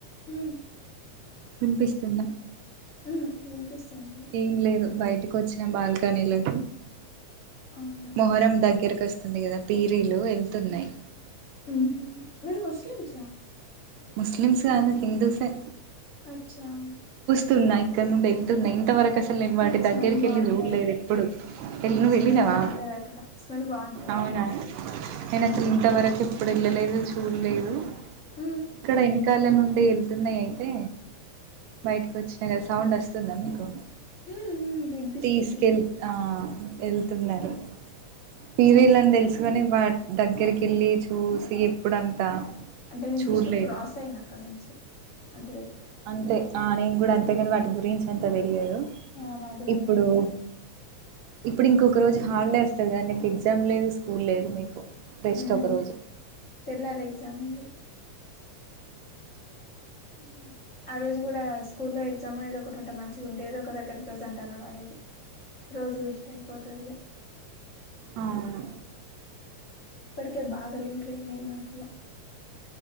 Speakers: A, on the left (about 80°); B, on the right (about 80°).
A: ఊ
B: విన్పిస్తుదా
A: ఉమ్ వినిపిస్తుంది
B: ఏం లేదు బై టికొచ్చినా బాల్కనీ లోకి
A: అవునా
B: మొహర్రం దగ్గరికొస్ తుంది గదా పీరీలు ఏళ్తున్నాయి
A: ఊహూ మీరు ముస్లిమ్స్ ఆ
B: ముస్లిమ్స్ కాదు హిందూస్ ఏ
A: అచ్చా
B: తున్నాయి ఇక్కడ నుండి ఎళ్తున్నాయి ఇంతవరకు అస్ ట్టల్ నేను వాటి
A: స్మెల్
B: దగ్గరికెళ్ళి
A: బాగుంటది
B: చూడలేదు ఎప్పుడూ వెళ్ నువ్
A: స్మెల్
B: ఎళ్ళినవా
A: బాగుంటది అక్కడ స్మెల్ బాగుంటది
B: అవునా నేను అసలు ఇంతవరకు ప్పుడు ఎళ్ళలేదు చూడలేదు
A: ఉమ్
B: ఇక్కడ ఎన్ కాల నుండి ఎళ్తున్నాయి అయితే బయటకి వచ్చినా గదా సౌండ్ వస్తుందా మీకు
A: ఉమ్ ఉమ్ వినిపిస్తుంది
B: తీసుకెళ్ ఆ ఎళ్తున్నరు పీరీలని
A: హ్మ్.
B: తెలుసు గానీ వాటి దగ్గరికెళ్ళి చూసి ఎప్పుడంతా
A: అంటే నేను
B: చూడలేదు
A: జస్ట్ క్రాస్ అయినా అక్కడి నుంచి అంత తెలుసు
B: అంతే ఆ నేను కూడా అంతే గానీ వాటి గురించి అంత తెలియదు
A: ఆ నాకు గూడ
B: ఇప్పుడు
A: అంత తెలీదు
B: ఇప్పుడు ఇంకొక రోజు హాలిడే వస్తది గా నీకు ఎగ్సామ్ లేదు స్కూల్ లేదు మీకు రెస్ట్
A: ఉమ్
B: ఒక రోజు
A: తెల్లారి ఎగ్జామ్ ఉంది హూ ఆ రోజు కూడా స్కూల్ లో ఎగ్సామో ఏదో ఒకటి ఉంటే మంచిగుండేది ఒక దగ్గర ప్రసెంట్ అన్ళా వడేది రోజు వేస్ట్ అయిపోతది ఇగ
B: అవును
A: ఇప్పటికే బాగా లీవ్ లయినాయి ఈ మంత్ లో